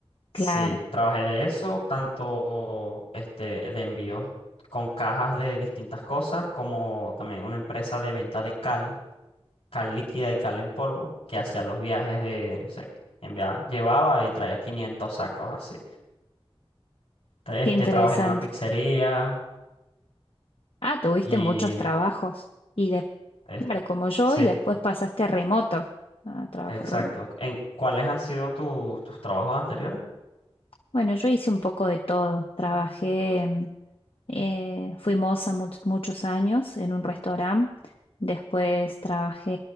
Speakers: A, on the left; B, on the left.
A: Sí,
B: Claro,
A: trabajé de eso, tanto este, de envíos con cajas de distintas cosas, como también una empresa de venta de cal. cal líquida y cal en polvo, que hacía los viajes de, no sé, enviaba, llevaba y traía 500 sacos así. Este,
B: qué interesante.
A: trabajé en una pizzería
B: Ah, tuviste
A: y,
B: muchos trabajos y de,
A: es-
B: claro, como yo,
A: sí,
B: y después pasaste a remoto, a trabajar
A: exacto.
B: remoto.
A: ¿En cuáles han sido tus, tus trabajos anteriores?
B: Bueno, yo hice un poco de todo. Trabajé, mm, eh, fui moza much- muchos años en un restaurante. Después trabajé